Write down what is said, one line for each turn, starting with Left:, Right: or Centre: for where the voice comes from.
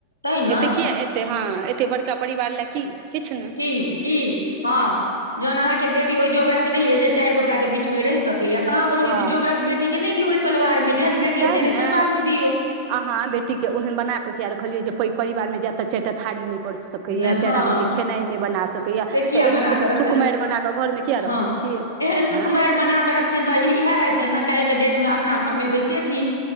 Left: तै ने
Right: एते किया एतै हँ एते बड़का परिवार लए की किछु ने
Left: की की हँ जहन अहाँके बेटी ओहि जोगरक नै यै जे चैर गोटा के बीच मे रहि सकैया त अहाँ ओहि
Right: हँ
Left: जोगरक बेटी के नहि दियौ ओहि परिवार मे जेहन बेटी
Right: सएह
Left: यै तेहने
Right: ने
Left: परिवार मे दियौ
Right: अहाँ बेटी के ओहन बना कऽ किया रखलियै जे पैघ परिवार मे जाय त चाईटा थारी पड़ि सकैया
Left: ने।
Right: चाईर
Left: हँ
Right: आदमीके खेनाइ नय बना सकैया
Left: से किया
Right: तऽ एहन
Left: बना
Right: एहन
Left: कऽ रखलियै
Right: सुकुमारि बनाकऽ घरमे किया
Left: हँ
Right: रखने छियै
Left: एहन सुकुमैर
Right: आँय
Left: बनाकऽ रखथिन तऽ इएह हेतै न काल्हि के डेट अपना घरमे बैसेथिन